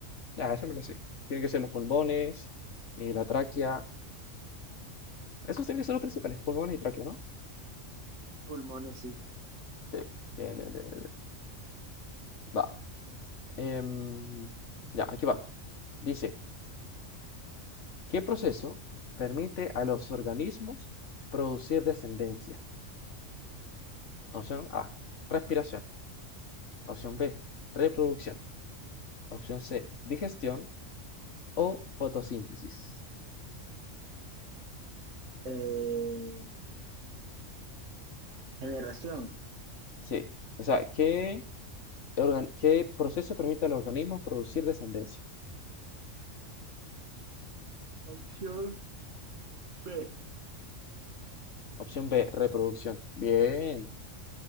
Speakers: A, on the left; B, on the right.
A: Ya, eso me lo sé. Tienen que ser los pulmones, eh, la tráquea. Esos tienen que ser los principales, pulmones y tráquea, ¿no?
B: Pulmones, sí.
A: Sí, bien, bien, bien. bien. Va. Em, ya, aquí va. Dice, ¿Qué proceso permite a los organismos producir descendencia? Opción A, respiración. Opción B, reproducción. Opción C, digestión o fotosíntesis.
B: Eh, generación.
A: Sí, o sea, ¿qué, organ- qué proceso permite al organismo producir descendencia?
B: Opción B.
A: Opción B, reproducción. Bien,